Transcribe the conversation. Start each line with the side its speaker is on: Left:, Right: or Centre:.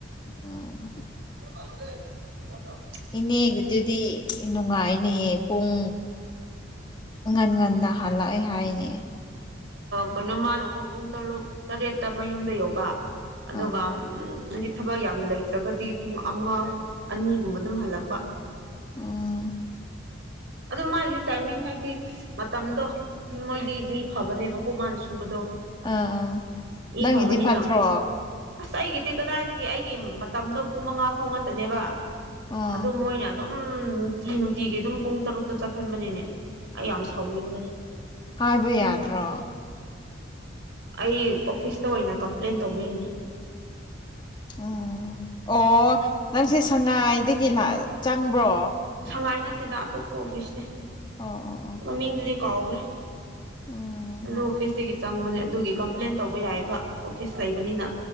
Left: ꯎꯝ
Right: ꯇꯍꯗ ꯍꯠꯇꯣ
Left: ꯏꯅꯦ ꯍꯒ ꯑꯗꯨꯗꯤ ꯅꯨꯡꯉꯥꯏꯅꯦꯍꯦ ꯄꯨꯡ ꯉꯟ ꯉꯟꯗ ꯍꯜꯂꯛꯑꯦ ꯍꯥꯏꯅꯦ
Right: ꯀꯩꯅꯣ ꯃꯥꯅꯀꯣ ꯄꯨꯡ ꯇꯔꯨꯛ ꯇꯔꯦꯠꯇ ꯃꯌꯨꯝꯗ ꯌꯧꯕ ꯑꯗꯨꯒ
Left: ꯑꯥ
Right: ꯍꯥꯏꯗꯤ ꯊꯕꯛ ꯌꯥꯝ ꯂꯩꯇ꯭ꯔꯒꯗꯤ ꯄꯨꯡ ꯑꯃ ꯑꯅꯤꯒꯨꯝꯕ ꯑꯗꯨꯝ ꯍꯜꯂꯛꯄ
Left: ꯑꯥ
Right: ꯑꯗꯣ ꯃꯥꯒꯤꯁꯦ ꯇꯥꯏꯃꯤꯡ ꯍꯥꯏꯗꯤ ꯃꯇꯝꯗꯣ ꯃꯣꯏꯗꯤ ꯃꯤ ꯐꯕꯅꯦꯕꯀꯣ ꯃꯥꯅ ꯁꯨꯕꯗꯣ
Left: ꯑꯥ ꯑꯥ
Right: ꯏ
Left: ꯅꯪꯒꯤꯗꯤ
Right: ꯐꯕꯅꯤ
Left: ꯐꯠꯇ꯭ꯔꯣ
Right: ꯅ ꯑꯁ ꯑꯩꯒꯤꯗꯤ ꯀꯗꯥꯏꯗꯒꯤ ꯑꯩꯒꯤ ꯃꯇꯝꯗꯣ ꯄꯨꯡ ꯃꯉꯥ ꯐꯥꯎ ꯉꯛꯇꯅꯦꯕ
Left: ꯑꯥ
Right: ꯑꯗꯨ ꯃꯣꯏꯅ ꯑꯗꯨꯝ ꯅꯨꯡꯇꯤ ꯅꯨꯡꯇꯤꯒꯤ ꯑꯗꯨꯝ ꯄꯨꯡ ꯇꯔꯨꯛꯇ ꯆꯠꯊꯟꯕꯅꯤꯅꯦ ꯑꯩ ꯌꯥꯝ ꯁꯥꯎꯅꯤꯡꯕꯅꯤ
Left: ꯍꯥꯏꯕ ꯌꯥꯗ꯭ꯔꯣ
Right: ꯑꯩ ꯑꯣꯐꯤꯁꯇ ꯑꯣꯏꯅ ꯀꯝꯄ꯭ꯂꯦꯟ ꯇꯧꯕꯤꯒꯅꯤ
Left: ꯎꯝ ꯑꯣ ꯅꯪꯁꯦ ꯁꯉꯥꯏꯗꯒꯤ ꯆꯪꯕ꯭ꯔꯣ
Right: ꯁꯉꯥꯏ ꯅꯠꯇꯦꯗ ꯑꯇꯣꯞꯄ ꯑꯣꯐꯤꯁꯅꯦ
Left: ꯑꯣ ꯑꯣ ꯑꯣ
Right: ꯃꯃꯤꯡꯗꯨꯗꯤ ꯀꯥꯎꯈ꯭ꯔꯦ
Left: ꯎꯝ
Right: ꯑꯗꯨ ꯑꯣꯐꯤꯁꯇꯒꯤ ꯆꯪꯕꯅꯦ ꯑꯗꯨꯒꯤ ꯀꯝꯄ꯭ꯂꯦꯟ ꯇꯧꯕ ꯌꯥꯏꯑꯕ ꯑꯣꯐꯤꯁ ꯂꯩꯕꯅꯤꯅ